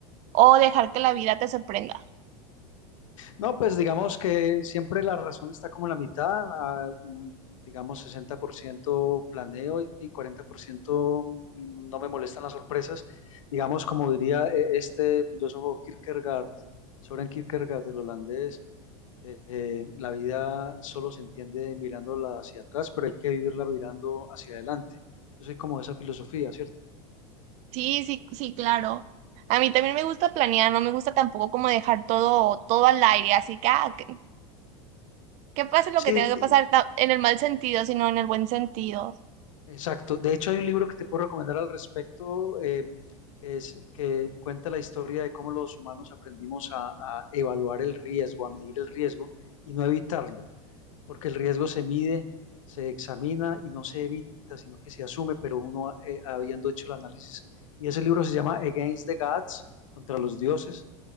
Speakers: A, on the right; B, on the left.
A: o dejar que la vida te sorprenda?
B: No, pues digamos que siempre la razón está como la mitad, a, mm, digamos 60% planeo y y cuarenta por ciento mm, no me molestan las sorpresas. Digamos, como diría eh, este filósofo Kierkegaard, Soren Kierkegaard, el holandés, eh, eh, la vida solo se entiende mirándola hacia atrás, pero hay que vivirla mirando hacia adelante. Yo soy como de esa filosofía, ¿cierto?
A: Sí, sí, sí, claro. A mí también me gusta planear, no me gusta tampoco como dejar todo, todo al aire, así que, ah, que, que pase lo
B: Sí,
A: que tenga que pasar ta- en el mal sentido, sino en el buen sentido.
B: Exacto. De hecho, hay un libro que te puedo recomendar al respecto, eh, que es que cuenta la historia de cómo los humanos aprendimos a, a evaluar el riesgo, a medir el riesgo y no evitarlo, porque el riesgo se mide, se examina y no se evita, sino que se asume, pero uno eh, habiendo hecho el análisis. Y ese libro se llama Against the Gods, contra los dioses